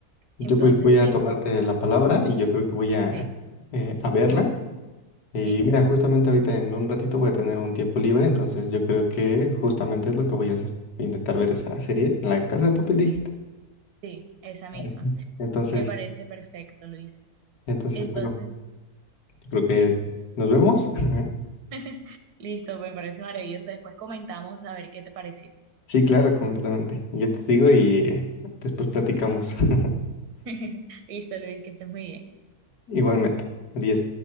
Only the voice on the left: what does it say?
Yo
pues voy a
tomarte la palabra y yo creo que voy a,
eh, a verla. Y
mira, justamente ahorita en un ratito voy a tener un tiempo libre, entonces yo creo que justamente es lo que voy a hacer. Intentar ver esa serie, La Casa de Papel, dijiste.
Ah, sí. Entonces,
entonces,
bueno, yo creo que
nos vemos. <laughs>
Sí, claro, completamente. Yo te digo y eh, después platicamos. <laughs>
Igualmente. Adiós.